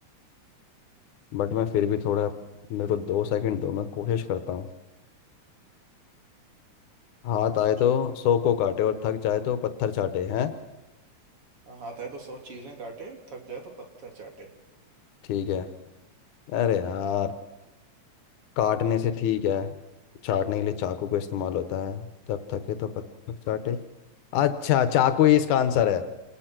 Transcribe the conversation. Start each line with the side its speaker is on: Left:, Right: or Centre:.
Left: बट मैं फिर भी थोड़ा मेरे को दो सेकंड दो मैं कोशिश करता हूँ हाथ आए तो
Right: जी जरूर
Left: सौ को काटे और थक जाए तो पत्थर चाटे हैं
Right: हाँ, हाथ आए तो सौ चीजें काटे थक जाए तो पत्थर चाटे
Left: ठीक है अरे यार काटने से ठीक है चाटने के लिए चाकू का इस्तेमाल होता है जब थके तो पत्थर चाटे अच्छा चाकू ही इसका आंसर है